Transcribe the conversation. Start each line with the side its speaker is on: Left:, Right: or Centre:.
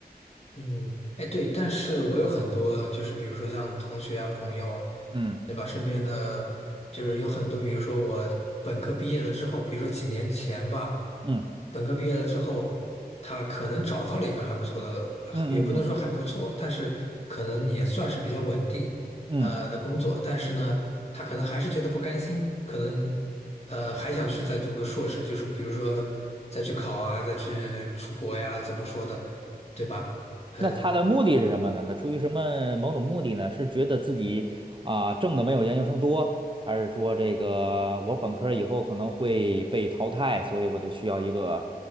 Left: 嗯，哎对，但是我有很多就是比如说像同学啊、朋友啊
Right: 嗯
Left: 对吧？身边的就是有很多，比如说我本科毕业了之后，比如说几年前吧。
Right: 嗯
Left: 本科毕业了之后，他可能找到了一份还不错的，呃也不能说还不错，
Right: 嗯嗯嗯。
Left: 但是可能也算是比较稳定，
Right: 嗯，
Left: 呃的工作。但是呢，他可能还是觉得不甘心，可能呃还想去再读个硕士，就是比如说再去考啊，再去出国呀，怎么说的，对吧？呃。
Right: 那他的目的是什么呢？那出于什么某种目的呢？是觉得自己啊、挣的没有研究生多，还是说这个我本科儿以后可能会被淘汰，所以我得需要一个